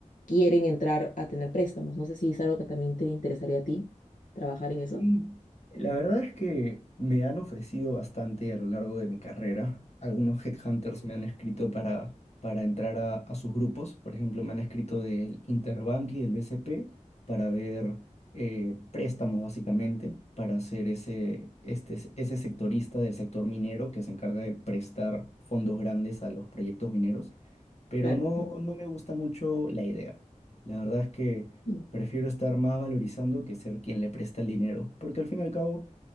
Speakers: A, on the left; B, on the left.
A: quieren entrar a tener préstamos. No sé si es algo que también te interesaría a ti, trabajar en eso.
B: Y la verdad es que me han ofrecido bastante a lo largo de mi carrera. Algunos headhunters me han escrito para, para entrar a, a sus grupos. Por ejemplo, me han escrito del Interbank y del BCP para ver eh, préstamos, básicamente, para ser ese, este, ese sectorista del sector minero que se encarga de prestar fondos grandes a los proyectos mineros pero
A: Claro,
B: no, no me gusta mucho la idea. La verdad es que
A: Mm,
B: prefiero estar más valorizando que ser quien le presta el dinero, porque al fin y al cabo